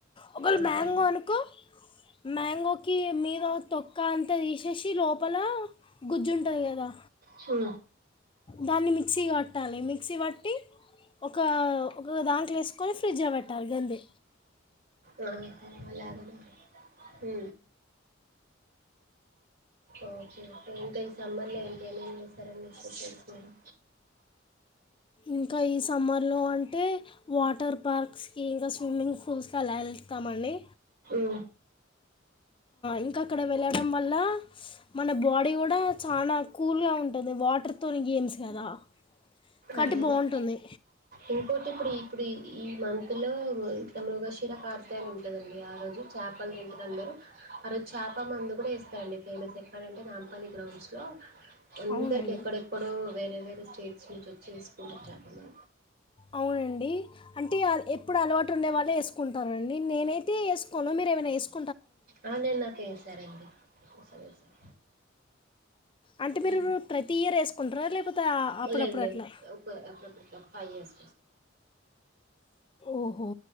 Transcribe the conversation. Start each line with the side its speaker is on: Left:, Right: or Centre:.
Left: ఒకవేళ
Right: ఓకే
Left: మ్యాంగో అనుకో మ్యాంగోకి మీద తొక్క అంతా తీసేసి లోపల గుజ్జు ఉంటది కదా
Right: హు
Left: దాన్ని మిక్సీ కట్టాలి మిక్సీ పట్టి ఒక ఒక దాంట్లో వేసుకొని ప్రీజ్ లో పెట్టాలి గంతే
Right: ఆహా ఆలాగానా ఉ ఓహో ఓకే ఇంకా ఈ సమ్మర్లో ఇంకేమేమి చేసెసరండి స్పెషల్స్ మీరు
Left: ఇంకా ఈ సమ్మర్ లో అంటే వాటర్ పార్క్స్ కి ఇంకా స్విమ్మింగ్ పూల్స్ కి అలా వె తామండి
Right: ఉ
Left: ఇంకా అక్కడ వెళ్ళడం వల్ల మన బాడీ కూడా చాలా కూల్గా ఉంటది వాటర్ తోని గేమ్స్ కదా కాబట్టి
Right: అదే
Left: బాగుంటుంది
Right: అదే ఇంకోటి ఇప్పుడు ఇప్పుడు ఈ మంత్ లో ఇట్లా మృగశిర కార్తే అని ఉంటదండి ఆ రోజు చ చేపలు తింటారు అందరూ ఆ రోజు చాప మందు కూడా వేస్తారండి ఫేమస్ ఎక్కడంటే నాంపల్లి గ్రౌండ్స్లో అందరికి
Left: అవునండి
Right: ఎక్కడెక్కడో వేరే వేరే స్టేట్స్ నుంచి వచ్చి వేసుకుంటరు చాపలు
Left: అవునండి అంటే ఎప్పుడు అలవాటు ఉండే వాళ్ళే వేసుకుంటారు అండి నేనైతే వేసుకోను మీరు ఏమైనా వేసుకో
Right: ఆ నాకి వేసారండి సరే సరే
Left: అంటే
Right: హు
Left: మీరు ప్రతి ఇయర్ వేసుకుంటారా లేకపోతే ఆ- అప్పుడప్పుడు
Right: లేదు లేదు
Left: అట్లా
Right: ఒక <unintelligible> ఒక ఫైవ్ ఇయర్స్
Left: ఓహో